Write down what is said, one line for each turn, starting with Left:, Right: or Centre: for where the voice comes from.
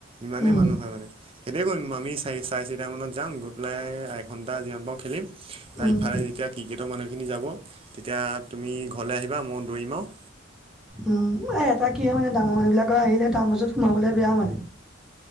Right: ইমানেই
Centre: উম
Right: মানুহ হয় মানে। সেইটোৱে কৰিম, আমি চাৰি চাৰে চাৰিটামানত যাম, গৈ পেলাই এণ্টা যিহত পাৰওঁ খেলিম। ইফালে
Centre: উম
Right: যেতিয়া কি গেটৰ মানুহখিনি যাব তেতিয়া তুমি এইফালে আহিবা, মই দৌৰিম আৰু।
Centre: উম, এটা কি হয়ে মানে ডাঙৰ মানুহ বিলাকৰ আহিলে, তাৰ মাছত সোমাবলৈ বেয়া মানে।